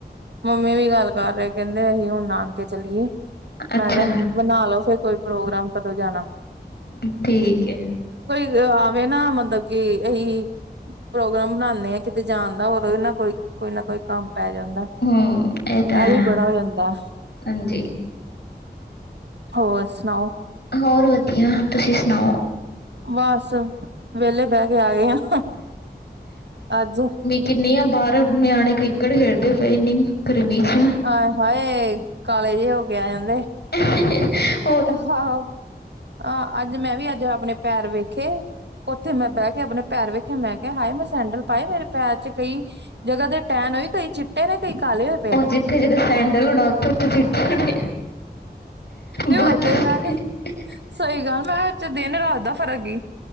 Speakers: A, on the right; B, on the left.
A: ਮੰਮੀ
B: ਤੁਸੀਂ
A: ਵੀ ਗੱਲ ਕਰ ਰਹੇ ਕਹਿੰਦੇ ਅਹੀ ਹੁਣ ਨਾਨਕੇ ਚਲੀਏ।
B: ਅੱਛਾ,
A: ਮੈਂ ਕਿਹਾ ਬਣਾ ਲਓ ਫੇਰ ਕੋਈ ਪ੍ਰੋਗਰਾਮ, ਕਦੋਂ ਜਾਣਾ।
B: ਠੀਕ ਹੈ
A: ਯ ਆਵੇ ਨਾ ਮਤਲਬ ਕਿ, ਅਹੀ ਪ੍ਰੋਗਰਾਮ ਬਣਾਉਂਦੇ ਆ ਕਿਤੇ ਜਾਣ ਦਾ, ਹੋਰ ਉਹਦੇ ਨਾਲ ਕੋਈ ਕੋਈ ਨਾ ਕੋਈ ਕੰਮ ਪੈ ਜਾਂਦਾ
B: ਹਮ, ਇਹ ਤੇ ਹੈ,
A: ਵੀ ਬੜਾ ਹੋ ਜਾਂਦਾ
B: ਹਾਂਜੀ
A: ਹੋਰ ਸੁਣਾਓ
B: ਹੋਰ ਵਧੀਆ, ਤੁਸੀਂ ਸੁਣਾਓ?
A: ਬਸ ਵਿਹਲੇ ਬਹਿ ਕੇ ਆ ਗਏ ਆ, ਅੱਜ
B: ਕਿੰਨੀਆਂ ਬਾਹਰ ਨਿਆਣੇ ਕ੍ਰਿਕੇਟ ਖੇਡਦੇ ਪਏ ਇੰਨੀ, ਗਰਮੀ 'ਚ।
A: ਆਏ-ਹਾਏ, ਕਾਲੇ ਜੇ ਹੋ ਕੇ ਆ ਜਾਂਦੇ।
B: <inaudible>
A: ਆਹੋ ਹਹ, ਅੱਜ ਮੈਂ ਵੀ, ਅੱਜ ਆਪਣੇ ਪੈਰ ਵੇਖੇ ਉੱਥੇ ਮੈਂ ਬਹਿ ਕੇ ਆਪਣੇ ਪੈਰ ਵੇਖੇ, ਮੈਂ ਕਿਹਾ ਹਾਏ ਮੈਂ ਸੈਂਡਲ ਪਾਏ ਮੇਰੇ ਪੈਰ 'ਚ ਕਈ ਜਗ੍ਹਾ ਦੇ ਟੈਣ ਹੋਈ, ਕਈ ਚਿੱਟੇ ਨੇ, ਕਈ ਕਾਲੇ ਹੋਏ। ਪਏ
B: ਅਹ
A: ਨੇ
B: ਜਿੱਥੇ -ਜਿੱਥੇ ਸੈਂਡਲ ਹੋਣਾ, ਓਥੇ -ਓਥੇ ਚਿੱਠੇ ਹੋਣੇ।
A: ਤੇ
B: ਬਾਕੀ
A: ਹੋਰ ਕੋਈ
B: ਹਾਂਜੀ
A: ਮੈਂ ਕੇ ਸਹੀ ਗੱਲ, ਮੈਂ ਇਚ ਦਿਨ-ਰਾਤ ਦਾ ਫਰਕ ਈ।